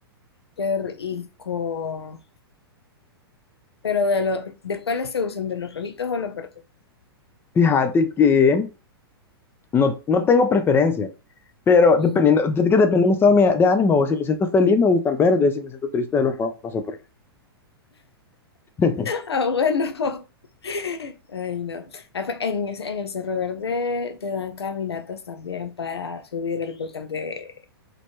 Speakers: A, on the left; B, on the left.
A: Qué rico. Pero de lo, ¿de cuáles se usan? ¿De los rojitos o los verdes?
B: Fíjate que No, no tengo preferencia, pero dependiendo,
A: Ujú.
B: es que depende de mi estado de de ánimo, o si me siento feliz me gustan verdes, si me siento triste de los rojos, no sé por qué. <laughs>
A: Ah, bueno. <laughs> Ay, no. Ah, fue- En, ese- en el Cerro Verde te dan caminatas también para subir el volcán de...